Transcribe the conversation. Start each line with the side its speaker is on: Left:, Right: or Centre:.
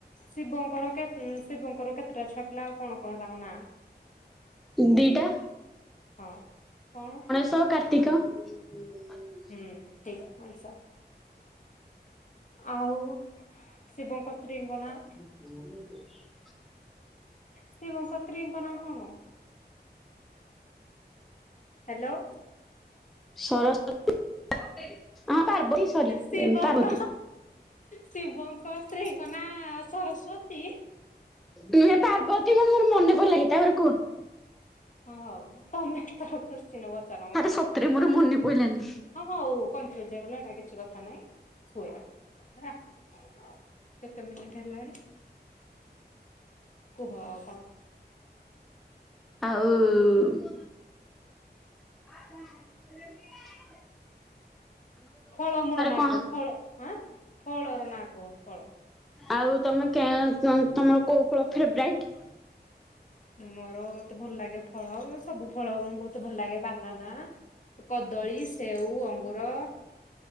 Left: ଶିବଙ୍କର କେତ୍ ହୁଁ ଶିବଙ୍କର କେତେଟା ଛୁଆ ପିଲା ଆଉ କଣ କଣ ତାଙ୍କ ନାଁ?
Centre: ଦିଟା
Left: ହଁ କଣ?
Centre: ତ କାର୍ତ୍ତିକ। <inaudible>
Left: ହୁଁ ଠିକ ସେ ଆଉ ଶିବଙ୍କ ସ୍ତ୍ରୀଙ୍କ ନାଁ?
Centre: ହ ହୁ <unintelligible>
Left: ଶିବଙ୍କ ସ୍ତ୍ରୀଙ୍କ ନାଁ କଣ? ହାଲୋ।
Centre: ସରସ୍ଵତୀ ହଁ ପାର୍ବତୀ ସରି
Left: ଶିବଙ୍କ
Centre: ପାର୍ବତୀ।
Left: ଶିବଙ୍କ ସ୍ତ୍ରୀଙ୍କନା ସରସ୍ଵତୀ?
Centre: ନୁହେଁ ପାର୍ବତୀ ମ ମୋର ମନେ ପଡିଲାନି ତାପରେ କୁହ।
Left: ହଁ ହଉ ତମେ ଏଥର କୁସ୍ଚିନ ପଚାର ମତେ।
Centre: ଆରେ ସତରେ ମୋର ମନେ ପଇଲାନି
Left: ହଁ ହଉ କନଫ୍ୟୁଜ ହେଇଗଲ ହେଟା କିଛି କଥା ନାଇଁ ହୁଏ ହେଲା। କେତେ ମିନିଟ ହେଲାଣି। କୁହ ଆଉ କଣ।
Centre: ଆଉ ଉ। ହ <inaudible>
Left: ଫଳ ମୂଳ ନା
Centre: କଣ
Left: କୁହ ଫଳ ଆଁ ଫଳର ନାଁ କୁହ ଫଳ?
Centre: ଆଉ ତମେ କାଁ ତମର କୋଉ ଫଳ ଫେବରାଇଟ୍?
Left: ମୋର ମତେ ଭଲ ଲାଗେ ଫଳ ସବୁ ଫଳ ମୁଁ ବହୁତ ଭଲ ଲାଗେ ବାନାନା କଦଳୀ, ସେଉ, ଅଙ୍ଗୁର।